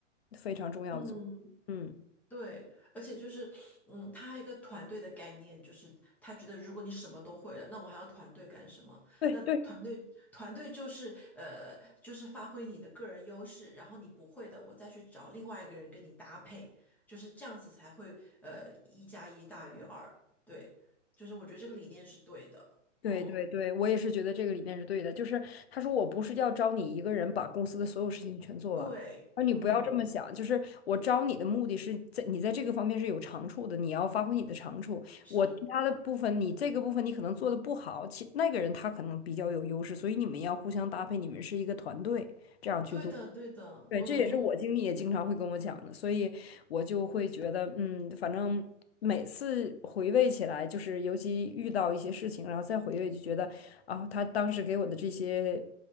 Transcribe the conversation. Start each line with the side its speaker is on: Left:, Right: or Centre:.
Left: 非常重要的作
Centre: 嗯
Left: 用，嗯。
Centre: 对，而且就是，嗯，他还有一个团队的概念，就是他觉得如果你什么都会了，那我还要团队干什么？
Left: 对对。
Centre: 那团队团队就是呃，就是发挥你的个人优势，然后你不会的，我再去找另外一个人跟你搭配，就是这样子才会呃，一加一大于二。对，就是我觉得这个理念是对的。
Left: 对对对，
Centre: 嗯，
Left: 我也是觉得这个理念是对的。就是他说我不是要招你一个人把公司的所有事情全做完，
Centre: 对，
Left: 而你不要这么想。
Centre: 嗯，
Left: 就是我招你的目的是在你在这个方面是有长处的，你要发挥你的长处。
Centre: 是
Left: 我其他的部分，你这个部分你可能做的不好，其那个人他可能比较有优势，所以你们要互相搭配，你们是一个团队。这样去做。
Centre: 对的，对的，
Left: 对，
Centre: 嗯，
Left: 这也是我经理也经常会跟我讲的，所以我就会觉得，嗯，反正每次回味起来，就是尤其遇到一些事情，然后再回味，就觉得啊，他当时给我的这些